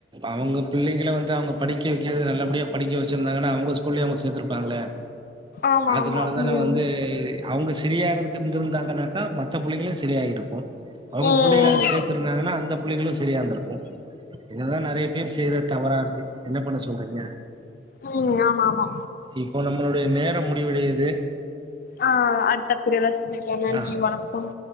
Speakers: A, on the right; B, on the left.
A: அவுங்க பிள்ளைங்களை வந்து அவங்க படிக்க வைக்கிறது நல்லபடியா படிக்க வச்சிருந்தாங்கன்னா அவங்க உள்ளே அவங்க சேர்த்திருப்பாங்களே
B: ஆமா
A: அதனால
B: ஆமா
A: தான
B: உம்
A: வந்து அவுங்க சேரியா இருந்துருந்தாங்கன்னாக்கா மத்த பிள்ளைங்களு சேரியா இருக்கு அவுங்க
B: உம்
A: பிள்ளைல அது சேத் இருந்தாங்கனா அந்த புள்ளைகளு சரியாந்திருக்கு இதுதா நறைய பேர் செய்ற தவறாருக்கு என்ன பண்ண சொல்றீங்க
B: உம் உம் ஆமா ஆமா
A: இப்ப நம்மளுடைய நேரம் முடிவடையிது
B: ஆ அடுத்த பிரிவுல சந்திப்போம் நன்றி
A: ஆ
B: வணக்கம்